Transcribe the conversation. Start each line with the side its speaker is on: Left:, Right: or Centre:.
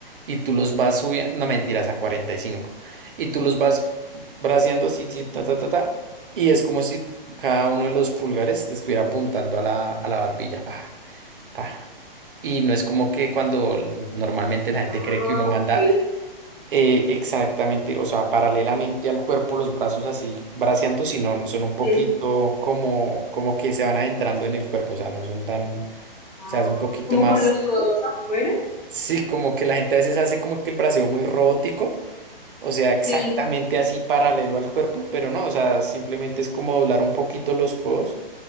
Right: y tú los vas subiendo, no mentiras, a 45 y cinco y tú los vas braceando así, sí, ta, ta, ta, ta, y es como si cada uno de los pulgares te estuviera apuntando a la, a la barbilla, pa, pa. Y no es como que cuando normalmente la gente
Left: Ah,
Right: cree que uno manda
Left: ok.
Right: eh, exactamente, o sea, paralelamente al cuerpo, los brazos así braceando, sino son un poquito
Left: Sí,
Right: como, como que se van adentrando en el cuerpo, o sea, no son tan, o
Left: Ah,
Right: sea, es un poquito
Left: como
Right: más,
Left: con los codos afuera.
Right: sí, como que la gente a veces hace como que el braceo muy robótico, o sea, exactamente
Left: Sí.
Right: así paralelo al cuerpo, pero no, o sea, simplemente es como doblar un poquito los codos